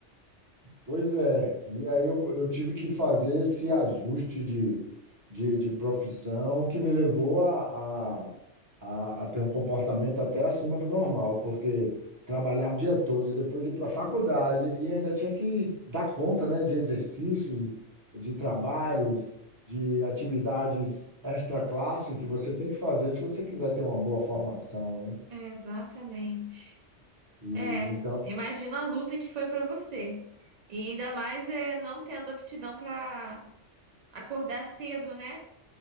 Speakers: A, on the right (about 15°); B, on the right (about 75°).
A: Pois é, e aí eu, eu tive que fazer esse ajuste de, de, de profissão que me levou a, a, a, a ter um comportamento até acima do normal, porque trabalhar o dia todo e depois ir para a faculdade e ainda tinha que dar conta, né, de exercícios, de trabalhos, de atividades extra-classe que você tem que fazer se você quiser ter uma boa formação, né?
B: É, Exatamente.
A: E,
B: É,
A: então,
B: imagina a luta que foi pra você. E ainda mais é não tendo aptidão pra acordar cedo, né?